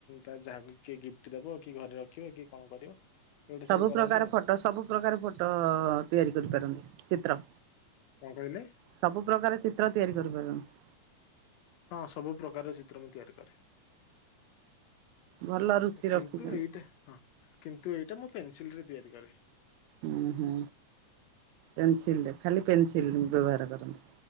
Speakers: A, on the left; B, on the right.
A: ତ ଯାହାକୁ କିଏ ଗିଫ୍ଟ ଦବ? କି ଘରେ ରଖିବ? କି କଣ କରିବ? ଏଗୁଡ଼ା
B: ସବୁ
A: କରନ୍ତି
B: ପ୍ରକାର
A: ଆଉ
B: ଫଟ ସବୁ ପ୍ରକାର ଫଟ ତିଆରି କରିପାରନ୍ତି ଚିତ୍ର।
A: କଣ କହିଲେ?
B: ସବୁ ପ୍ରକାର ଚିତ୍ର ତିଆରି କରିପାରନ୍ତି?
A: ହଁ ସବୁ ପ୍ରକାର ଚିତ୍ର ମୁଁ ତିଆରି କରେ।
B: ଭଲ ରୁଚି ରଖିଛନ୍ତି।
A: କିନ୍ତୁ ଏଇଟା ହଁ କିନ୍ତୁ ଏଇଟା ମୁଁ ପେନସିଲ୍ ରେ ତିଆରି କରେ।
B: ହୁଁ-ହୁଁ ପେନ୍ସିଲ୍ ରେ ଖାଲି ପେନସିଲ୍ ବ୍ୟବହାର କରନ୍ତି।